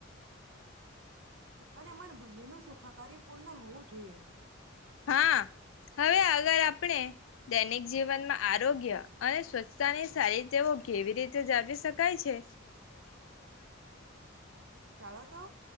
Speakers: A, on the right; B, on the left.
A: અને મન બન્ને <unintelligible> પૂર્ણ હોવું જોઈએ.
B: હા. હવે અગર આપણે દૈનિક જીવનમાં આરોગ્ય અને સ્વચ્છતાની સારી તેઓ કેવી રીતે જાવી શકાય છે,
A: ચાલો તો.